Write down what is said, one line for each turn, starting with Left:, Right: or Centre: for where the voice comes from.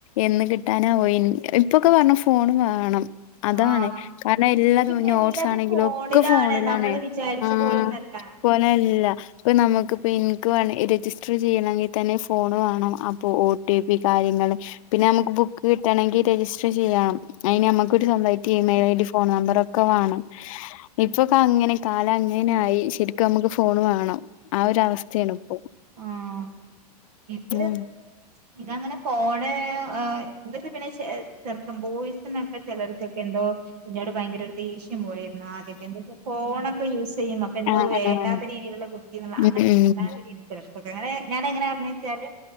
Left: എന്ന് കിട്ടാനവൊ ഇൻ ഇപ്പൊക്കെ പറഞ്ഞ ഫോൺ വാണം. അതാണ്
Right: ആഹ്
Left: കാരണം എല്ലാ
Right: ഇപ്പൊ
Left: നോട്ട്സ്
Right: എല്ലാതും
Left: ആണെങ്കിലും
Right: ഫോണിലാണ്
Left: ഒക്കെ ഫോണിലണ്
Right: നമ്മള് വിചാരിച്ച
Left: ആ <unintelligible>
Right: പോലൊന്നല്ല
Left: തല്ലാ ഇപ്പോ നമുക്ക്പ്പോ എനിക്ക് രജിസ്റ്റർ ചെയ്യണമെങ്കിൽ തന്നെ ഫോണ് വാണം അപ്പോൾ ഒ ടി പി കാര്യങ്ങൾ പിന്നെ നമുക്ക് ബുക്ക് കിട്ടണെങ്കിൽ രജിസ്റ്റർ ചെയ്യണം അയിന് നമ്മുക്കൊ രു സ്വന്തമായിട്ട് മെയിൽ ഐഡി ഫോൺ നമ്പർ ഒക്കെ വാണം. ഇപ്പൊക്ക അങ്ങനെ കാല അങ്ങനെ ആയി ശരിക്കും നമ്മുക്ക് ഫോൺ വേണം. ആഹ് ഒര അവസ്ഥയാണ് ഇപ്പൊ
Right: ആഹ് ഇത്
Left: ഉം
Right: ഇതങ്ങനെ ഫോണ് എന്തൊക്ക പിന്നെ ഷെ ചെറക്കം ബോയ്സിനൊക്കെ ചിലർക്കൊക്കെ എന്തോ ഇന്നോട് ഭയങ്കര ഒരു ദേഷ്യം പോലെ ആഹ് അതൊക്കെ എന്താ ഫോണൊക്കെ യൂസ് ചെയ്യും അപ്പൊ എന്തോ
Left: ആഹ്
Right: വേണ്ടാത്ത
Left: ആഹ്
Right: രീതിയിലുള്ള കുത്തി
Left: ഉം
Right: അങ്ങനെത്തെ
Left: ഉം
Right: ചിന്താഗതി. ചിലർക്കെ അങ്ങനെ ഞാന എങ്ങനെ പറഞ്ഞച്ചാല്